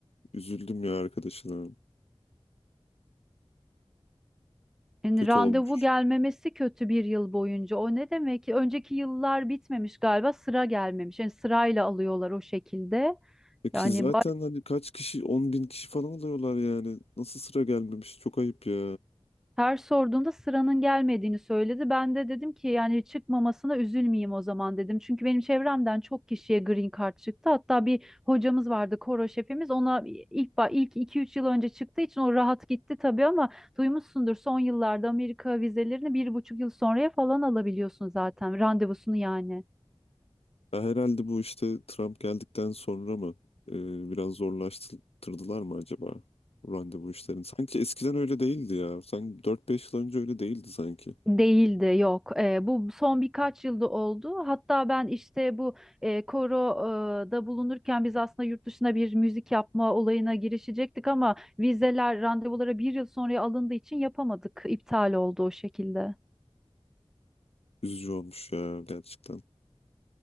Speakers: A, on the left; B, in the centre.
A: Üzüldüm ya arkadaşına.
B: Yani
A: Kötü
B: randevu
A: olmuş.
B: gelmemesi kötü bir yıl boyunca. O ne demek ki? Önceki yıllar bitmemiş galiba sıra gelmemiş. Yani sırayla alıyorlar o şekilde.
A: Peki
B: Yani
A: zaten
B: bay-
A: hani kaç kişi 10 bin kişi falan oluyorlar yani. Nasıl sıra gelmemiş? Çok ayıp ya.
B: her sorduğunda sıranın gelmediğini söyledi. Ben de dedim ki yani çıkmamasına üzülmeyeyim o zaman dedim. Çünkü benim çevremden çok kişiye green card çıktı. Hatta bir hocamız vardı koro şefimiz. Ona ilk ba- ilk 2-3 yıl önce çıktığı için o rahat gitti tabii ama duymuşsundur son yıllarda Amerika vizelerini bir buçuk yıl sonraya falan alabiliyorsun zaten randevusunu yani.
A: Ya herhalde bu işte Trump geldikten sonra mı e, biraz zorlaştırdılar mı acaba bu randevu işlerini? Sanki eskiden öyle değildi ya. Sanki dört beş yıl önce öyle değildi sanki.
B: Değildi yok. Eee, bu son birkaç yılda oldu. Hatta ben işte bu eee koroda bulunurken biz aslında yurt dışına bir müzik yapma olayına girişecektik ama vizeler randevulara bir yıl sonraya alındığı için yapamadık. İptal oldu o şekilde.
A: Üzücü olmuş ya gerçekten.